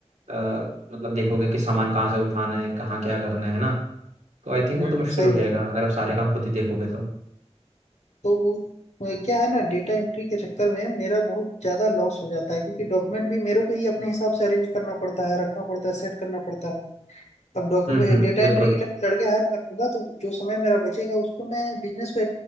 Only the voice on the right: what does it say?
अ, मतलब देखोगे कि सामान कहाँ से उठाना है कहाँ क्या करना है ना तो आई
थिंक वो तो मुश्किल
हो
जाएगा अगर आप सारे काम खुद ही देखोगे तो
हम्म हम्म
बिल्कुल